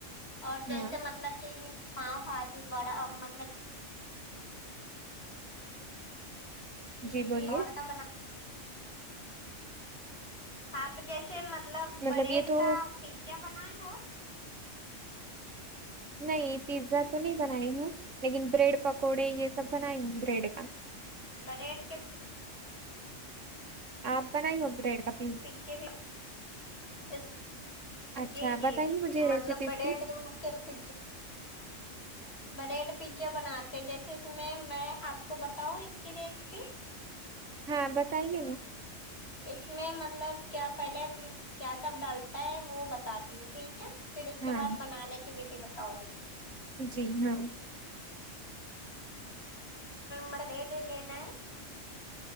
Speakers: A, on the left (about 50°); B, on the right (about 70°).
A: اور جیسے
B: ہاں
A: مطلب کہ یہ پاؤ بھاجی بڑا مطلب کہ
B: جی بولیے
A: اور کا بنا آپ جیسے مطلب
B: مطلب
A: بریڈ
B: یہ تو
A: کا پیزا بنائے ہو
B: نہیں پیزا تو نہیں بنائی ہوں لیکن بریڈ پکوڑے یہ سب بنائی ہوں بریڈ کا
A: بریڈ کے
B: اپ بنائی ہو بریڈ اپگریڈ
A: پچھے بھی اس
B: اچھا
A: جی جی
B: بتائیے مجھے
A: مطلب
B: ریسیپیز
A: بڑے
B: کی
A: اڈ کے پے بریڈ پیزا بناتے جیسے اس میں میں آپ کو بتاؤں اس کی ریسیپی
B: ہاں بتائیے نا
A: اس میں مطلب کیا پہلے کیا سب ڈالتا ہے وہ بتاتی ہوں ٹھیک ہے پھر اس کے
B: ہاں
A: بعد بنانے کی ودھی بتاؤں گی
B: جی ہاں
A: مرڈ لینا ہے